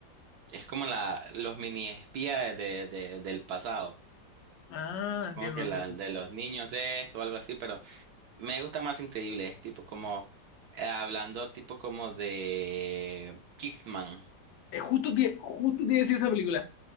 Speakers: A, on the right; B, on the left.
A: es como la, los mini espías de, de- del pasado.
B: Ah,
A: Supongo
B: entiendo,
A: que
B: entiendo.
A: la, de los niños esto o algo así, pero Me gusta más increíbles, tipo como eh, hablando tipo como de Kickman.
B: Es justo, te- justo te iba a decir esa película